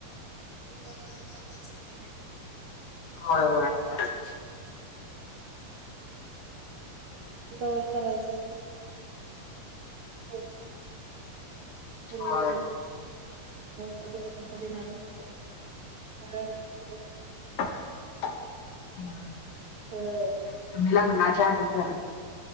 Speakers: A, on the right; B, on the left.
A: लग्न तुमचं आत्ताच झालंय काय?
B: होय-होय आताच.
A: तवर करायचा <unintelligible> पुढे
B: होय.
A: वर,, कधी होत कधी नाही होत असं असतय. <unintelligible>
B: हां.
A: फळं
B: तुम्ही लग्नाच्या आधी करा